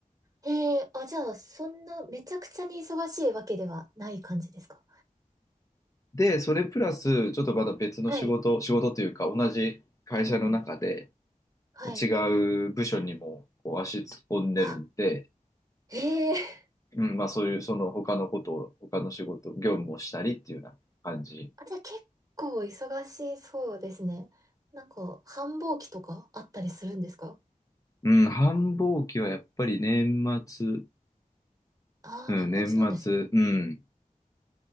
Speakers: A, on the right; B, on the left.
A: ええ、あ、じゃあ、そんな、めちゃくちゃに忙しいわけではない感じですか
B: で、それプラス、ちょっとまた別の仕事、
A: はい。
B: 仕事というか、同じ会社の中で、
A: うんうんはい。
B: 違う部署にもこう足突っ込んでるんで、
A: あ、ええ。
B: うん、まあそういう、その他のことを、他の仕事、業務をしたりっていうような感じ。
A: あ、じゃあ、結構忙しそうですね。なんか、繁忙期とかあったりするんですか
B: うん、繁忙期はやっぱり年末、
A: ああー、
B: うん、
A: 年末なんですね。
B: 年末、うん、